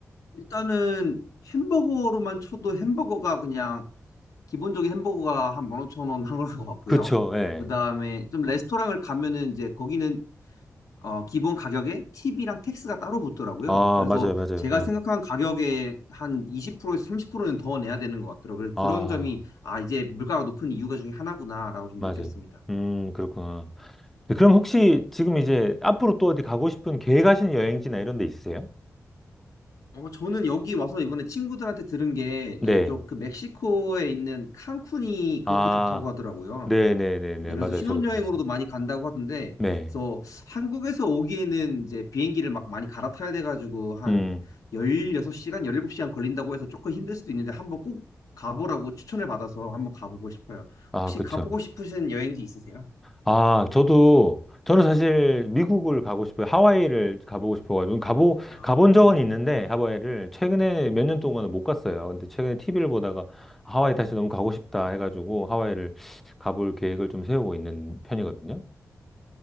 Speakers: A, on the left (about 75°); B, in the centre.
A: 일단은 햄버거로만 쳐도 햄버거가 그냥 기본적인 햄버거가 한 15,000원 한 걸로 같고요.
B: 그쵸, 예.
A: 그 다음에 좀 레스토랑을 가면은 이제 거기는 어, 기본 가격에 팁이랑 텍스가 따로 붙더라고요.
B: 아,
A: 그래서
B: 맞아요, 맞아요.
A: 제가
B: 예.
A: 생각한 가격에 한 20%에서 30%는 더 내야 되는 것 같더라고요. 그래서
B: 아,
A: 그런 점이 아, 이제 물가가 높은 이유가 중에 하나구나라고 좀
B: 맞아요.
A: 느꼈습니다.
B: 음, 그렇구나. 네, 그럼 혹시 지금 이제 앞으로 또 어디 가고 싶은 계획하신 여행지나 이런 데 있으세요?
A: 어, 저는 여기 와서 이번에 친구들한테 들은 게,
B: 네.
A: 저그 멕시코에 있는 칸쿤이 그렇게
B: 아,
A: 좋다고 하더라고요.
B: 네네네네.
A: 네, 그래서
B: 맞아요.
A: 신혼여행으로도
B: 저도 들었어요.
A: 많이 간다고 하던데,
B: 네.
A: 그래서 한국에서 오기에는 이제 비행기를 막 많이 갈아타야 돼가지고 한
B: 음.
A: 16시간, 17시간 걸린다고 해서 조금 힘들 수도 있는데 한번 꼭 가보라고 추천을 받아서 한번 가보고 싶어요.
B: 아,
A: 혹시
B: 그쵸.
A: 가보고 싶으신 여행지 있으세요?
B: 아, 저도, 저는 사실 미국을 가고 싶어요. 하와이를 가보고 싶어가지고, 가보,
A: 아,
B: 가본 적은
A: 네.
B: 있는데, 하와이를 최근에 몇 년 동안은 못 갔어요. 근데 최근에 TV를 보다가 하와이 다시 너무 가고 싶다 해가지고, 하와이를 가볼 계획을 좀 세우고 있는 편이거든요.